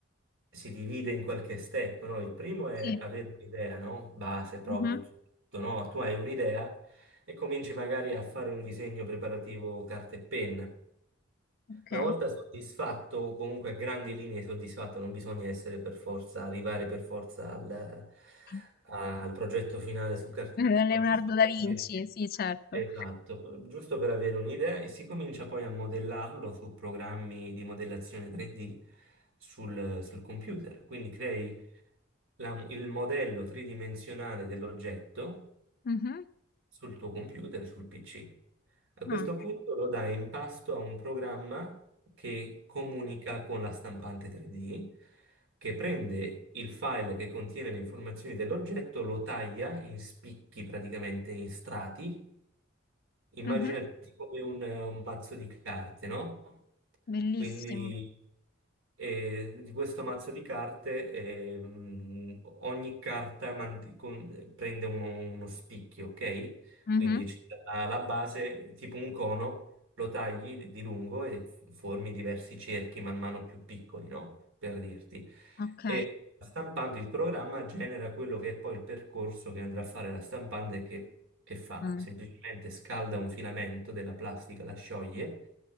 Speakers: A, on the right; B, on the left.
A: si divide in qualche step, no? Il primo è
B: Sì.
A: avere un'idea, no? Base proprio,
B: Mhm.
A: tutto, no? Tu hai un'idea e cominci magari a fare un disegno preparativo carta e penna.
B: Ok.
A: Una volta soddisfatto, o comunque a grandi linee soddisfatto, non bisogna essere per forza, arrivare per forza al,
B: <laughs>
A: al progetto finale su carta e penna,
B: Leonardo
A: ma giusto
B: da
A: per
B: Vinci,
A: vedere.
B: sì, certo.
A: Esatto, per- giusto per avere un'idea e si comincia poi a modellarlo su programmi di modellazione 3D sul, sul computer. Quindi crei la- il modello tridimensionale dell'oggetto
B: Mhm.
A: sul tuo computer, sul PC. A questo
B: Ah.
A: punto lo dai in pasto a un programma che comunica con la stampante 3D, che prende il file che contiene le informazioni dell'oggetto, lo taglia in spicchi praticamente in strati Immaginati
B: Mhm.
A: come un, un mazzo di carte, no?
B: Bellissimo.
A: Quindi eh, di questo mazzo di carte eh, mh, ogni carta mant- con- prende uno, uno spicchio, ok?
B: Mhm.
A: Quindi c'è la base, tipo un cono, lo tagli di di lungo e formi diversi cerchi man mano più piccoli, no? Per dirti.
B: Ok.
A: E stampando il programma genera quello che è poi il percorso che andrà a fare la stampante che, che fa,
B: Mm.
A: semplicemente scalda un filamento della plastica, la scioglie